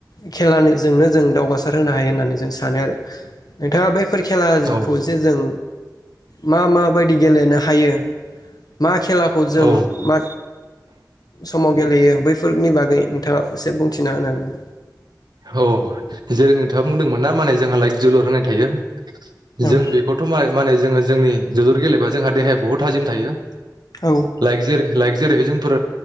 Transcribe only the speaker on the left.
खेलानि जों जोंनो दावगासार होनो हायो होननानै जों सानो आरो नोंथांङा बै फोर खेलाखौ
जे‌ जों मा मा बायदि गेलेनो हायो मा‌ खेलाखौ जों
मा समाव गेलेयो बैफोरनि बागै नोंथांङा एसे बुं थिना होनांगोन नों
नामा?
औ